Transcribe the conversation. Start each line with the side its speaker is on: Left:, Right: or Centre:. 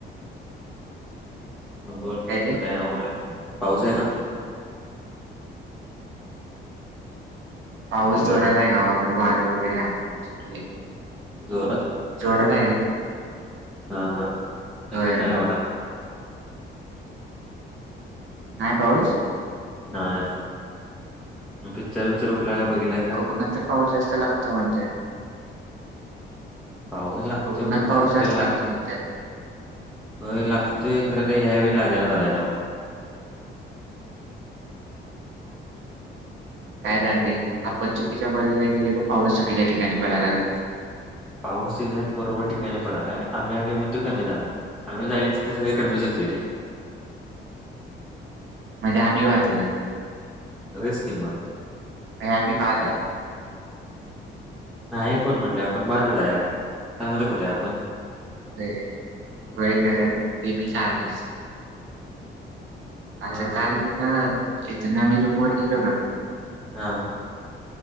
Centre: म बोल
Right: काय रे
Centre: काय पाऊस आहे का
Right: पाऊस
Centre: हॅलो
Right: जोरात आहे गावाकडे वारे वगैरे आहे
Centre: जोरात
Right: चोर का
Centre: हा हा
Right: होय.
Centre: नाही एवढा
Right: नाही पाऊस
Centre: नाही मग पिक्चर वििक्चर कुठला का बघला
Right: कोणा तर पाऊस जास्त लागतो म्हणजे
Centre: पाऊस लागतो
Right: कोकणात
Centre: म्हणजर
Right: पाऊस जास्त
Centre: खरा लाग
Right: लागतो म्हणत्यात.
Centre: हो लागतोय खरं काही ह्यावेळी लागे ना झालंय ना
Right: काय झालंय आपण चुकीच्या बाजला गे पाऊस चुकीच्या ठिकाणी पडलाो
Centre: पाऊस सत बरोबर ठिकाणी पडलाय आम आले म्हण ते कमी झालं आम्ही जाच ते सगळे कमीच होत रे
Right: म्हजे आम्ही वाचू
Centre: रिस्क हे मग
Right: आम्ही बाद आहे
Centre: हा नाहीण म्हणले आपण बार जाया चांगलं कुठे आहे आपण
Right: अ वयगर ते बी चालीस आं
Centre: मग
Right: काल का त्याच्या नवनी रूम वर गेलो ना
Centre: हा